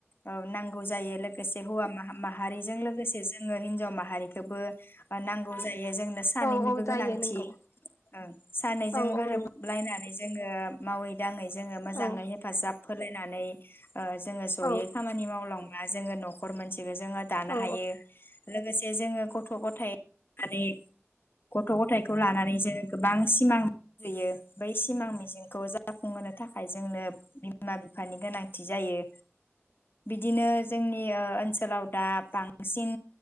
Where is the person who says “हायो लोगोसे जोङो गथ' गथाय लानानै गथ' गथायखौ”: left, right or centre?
Left